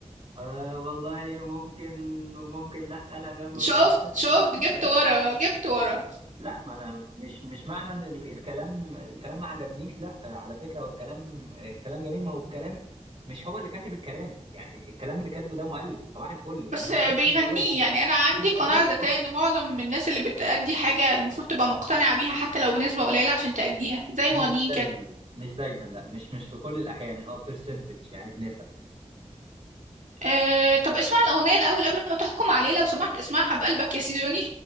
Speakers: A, on the right; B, on the right.
A: آه والله ممكن وممكن لا لا انا ما بحبش
B: شفت شفت
A: اسمعها
B: جبت
A: فاهم
B: ورا جبت ورا
A: لا ما أنا مش مش معنى ان ال- الكلام الكلام ما عجبنيش لا آه، على فكره هو الكلام آه، الكلام جميل ما هو الكلام مش هو اللي كاتب الكلام يعني الكلام اللي كاتبه ده مؤلف صباح الفل يعني
B: بس
A: هو
B: بيغنيه
A: بس مجرد بيقول
B: يعني انا عندي
A: الاداء
B: قناعه ذكيه
A: آه،
B: ان معظم الناس اللي بتأدي حاجه المفروض تبقى مقتنعه بيها حتى لو بنسبه قليله عشان تأديها زي المغنيين
A: مش دايما
B: كده
A: مش دايما لا مش مش في كل الاحيان هو بيرسنتج يعني بنسب
B: أه طب اسمع الأغنية الأول قبل ما تحكم عليه لو سمحت اسمعها بقلبك يا سيزوني